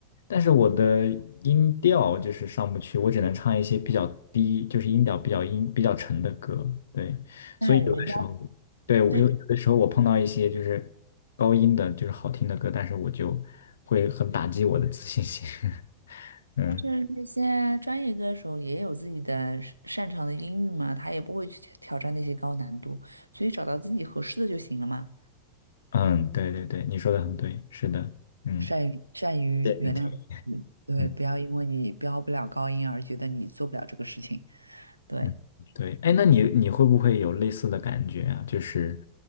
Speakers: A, on the left; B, on the right.
A: 但是我的音调就是上不去，我只能唱一些比较低，就是音调比较音比较沉的歌。对，
B: 那人家
A: 所以有的时候，对，我有有的时候我碰到一些就是高音的，
B: 对，
A: 就是好听的歌，但是我就会很打击我的自信心。<laughs> 嗯
B: 但是那些专业歌手也有自己的擅擅长的音域嘛，他也不会去挑挑战那些高难度，所以找到自己合适的就行了嘛。
A: 嗯，对对对，你说的很对，是的，嗯
B: 善于善于原谅自己，
A: 谢谢你的建议
B: 对，
A: 嗯。
B: 不要因为你飙不了高音而觉得你做不了这个事情，对
A: 嗯，对，哎，那你你会不会有类似的感觉啊？就是，